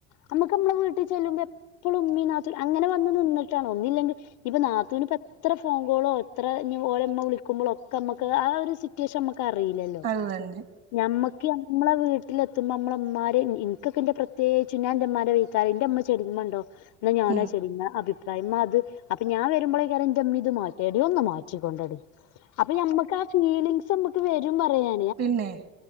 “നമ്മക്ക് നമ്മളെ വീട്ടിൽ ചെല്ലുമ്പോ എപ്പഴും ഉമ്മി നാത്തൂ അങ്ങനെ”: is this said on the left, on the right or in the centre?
Left